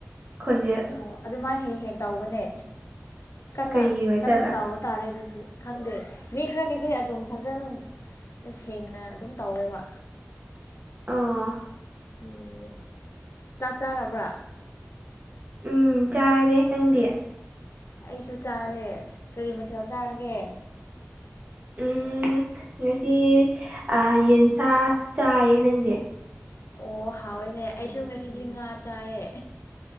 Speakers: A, on the right; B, on the left.
A: ꯈꯣꯟꯖꯦ
B: ꯑꯣ ꯑꯗꯨꯃꯥꯏ ꯍꯦꯛ ꯍꯦꯛ ꯇꯧꯕꯅꯦ ꯀꯟꯅ
A: ꯀꯩꯒꯤ ꯑꯣꯏꯖꯥꯠꯂꯥ
B: ꯀꯟꯅ ꯇꯑ‌ꯣ ꯇꯥꯔꯦ ꯑꯗꯨꯗꯤ ꯈꯪꯗꯦ ꯃꯤ ꯈꯔꯒꯤꯗꯤ ꯑꯗꯨꯝ ꯐꯖꯅ ꯇꯁꯦꯡꯅ ꯑꯗꯨꯝ ꯇꯧꯋꯦꯕ
A: ꯑꯥ
B: ꯎꯝ ꯆꯥꯛ ꯆꯥꯔꯕ꯭ꯔꯥ
A: ꯎꯝ ꯆꯥꯔꯦ ꯅꯪꯗꯤ
B: ꯑꯩꯁꯨ ꯆꯥꯔꯦ ꯀꯔꯤ ꯃꯊꯦꯜ ꯆꯥꯔꯒꯦ
A: ꯎꯝ ꯉꯁꯤ ꯑ ꯌꯦꯟꯁꯥ ꯆꯥꯏꯌꯦ ꯅꯪꯗꯤ
B: ꯑꯣ ꯍꯥꯎꯋꯦꯅꯦ ꯑꯩꯁꯨ ꯉꯁꯤꯗꯤ ꯉꯥ ꯆꯥꯏꯌꯦ